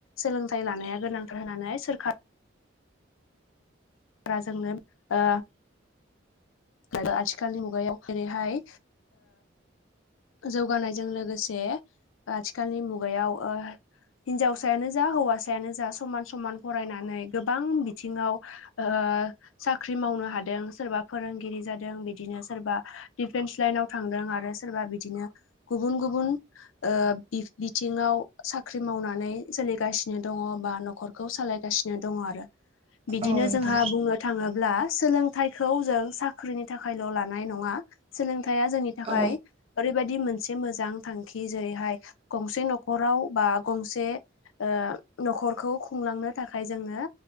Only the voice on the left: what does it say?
सोलोंथाइ लानाया गोनांथार होननानै सोरखार रा जोंनो ओ आरो आथिखालनि मुगायाव जेरैहाय जौगानायजों लोगोसे आथिखालनि मुगायाव ओ हिनजावसायानो जा हौवासायानो जा समान समान फरायनानै गोबां बिथिङाव ओ साख्रि मावनो हादों सोरबा फोरोंगिरि जादों बिदिनो सोरबा दिफेन्स लाइनाव थांदों आरो सोरबा बिदिनो गुबुन गुबुन ओ बि बिथिङाव साख्रि मावनानै सोलिगासिनो दङ बा न'खर खौ सालायगासिनो दङ आरो बिदिनो
जोंहा बुंनो थाङोब्ला सोलोंथाइखौ जों साख्रिनि थाखायल' लानाय नङा सोलोंथाया जोंनि थाखाय
ओरैबायादि मोनसे मोजां थांखि जेरैहाय गंसे न'खराव बा गंसे ओ न'खरखौ खुंलांनो थाखाय जोङो